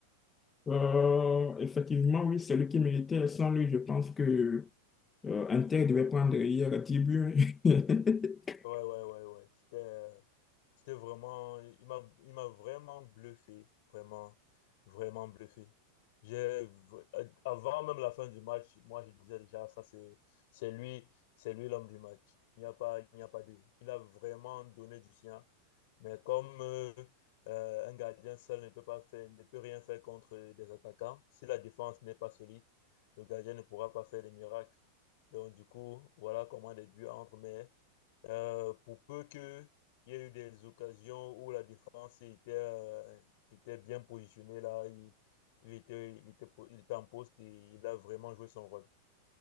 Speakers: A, on the left (about 15°); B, on the left (about 50°).
A: Euh, effectivement, oui, c'est lui qui méritait. Sans lui, je pense que euh, Inter devait prendre hier 10 buts. <laughs>
B: Ouais, ouais, ouais, ouais. C'était, euh, C'était vraiment, il m'a, il m'a vraiment bluffé, vraiment, vraiment bluffé. J'ai, v- avant même la fin du match, moi je disais déjà, ça c'est, c'est lui, c'est lui l'homme du match. Il n'y a pas, il n'y a pas deux. Il a vraiment donné du sien. Mais comme euh, euh, un gardien seul ne peut pas faire, ne peut rien faire contre des attaquants, si la défense n'est pas solide, le gardien ne pourra pas faire des miracles. Donc du coup, voilà comment les buts entrent. Mais euh, pour peu qu'il y ait eu des occasions où la défense était, euh, était bien positionnée, là, il, il était, il était, po- il était en poste et il a vraiment joué son rôle.